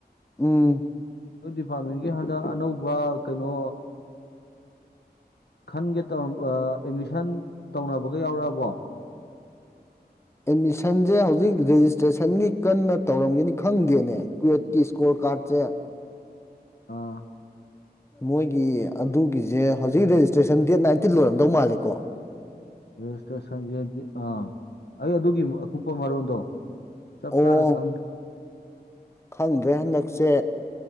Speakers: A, on the left; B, on the left.
A: ꯎꯝ
B: ꯑꯩꯈꯣꯏ ꯗꯤꯄꯥꯔꯠꯃꯦꯟꯒꯤ ꯍꯟꯗꯛ ꯑꯅꯧꯕ ꯀꯩꯅꯣ ꯈꯟꯒꯦ ꯇꯧ ꯑꯦꯠꯃꯤꯁꯟ ꯇꯧꯅꯕꯒ ꯌꯥꯎꯔꯛꯑꯕꯣ
A: ꯑꯦꯠꯃꯤꯁꯟꯁꯦ ꯍꯧꯖꯤꯛ ꯔꯦꯖꯤꯁꯇ꯭ꯔꯦꯁꯟꯒꯤ ꯀꯟꯅ ꯇꯧꯔꯝꯒꯤꯅꯤ ꯈꯪꯗꯦꯅꯦ ꯀꯨꯋꯦꯠꯀꯤ ꯏꯁꯀꯣꯔ ꯀꯥꯔꯗꯁꯦ
B: ꯑꯥ
A: ꯃꯣꯏꯒꯤ ꯑꯗꯨꯒꯤꯁꯦ ꯍꯧꯖꯤꯛ ꯔꯦꯖꯤꯁꯇ꯭ꯔꯦꯁꯟ ꯗꯦꯠ ꯅꯥꯏꯟꯇꯤꯟ ꯂꯣꯏꯔꯝꯗꯧ ꯃꯥꯜꯂꯦꯀꯣ
B: ꯔꯦꯁꯇ꯭ꯔꯦꯁꯟꯖꯦ ꯑꯥ ꯑꯩ ꯑꯗꯨꯒꯤ ꯑꯀꯨꯞꯄ ꯃꯔꯣꯟꯗꯣ ꯆꯄ
A: ꯑꯣ
B: ꯆꯥꯅꯥ ꯈꯪ
A: ꯈꯪꯗ꯭ꯔꯦ ꯍꯟꯗꯛꯁꯦ